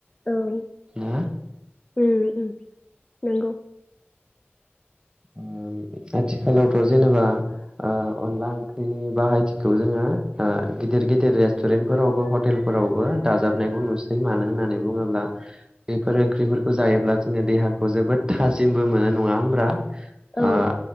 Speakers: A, on the left (about 25°); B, on the right (about 20°).
A: औ उम
B: ना
A: उम उम नंगौ।
B: उम आथिखालावथ जेनेबा ओ अनला ओंख्रिनि बाहायथिखौ जोङो <unintelligible> ओ गिदिर गिदिर रेस्टुरेन्ट फोरावबो हटेलफोरावबो दाजाबनायखौ नुसै मानो होननानै बुङो ब्ला बेफोर ओंख्रिफोरखौ जायोब्ला जोङो देहाखौ जोबोद थाजिमबो मोनो नङा होमब्ला? आ
A: औ